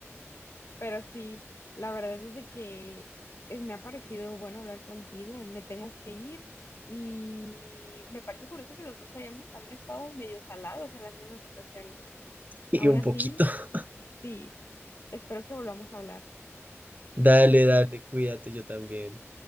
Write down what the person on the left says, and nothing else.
Pero sí, la verdad es de que eh, me ha parecido bueno hablar contigo. Me tengo que ir. Y me parece curioso que los dos hayamos también estado medio salados en las mismas situaciones.
Aún
así,
Sí, espero que volvamos a hablar.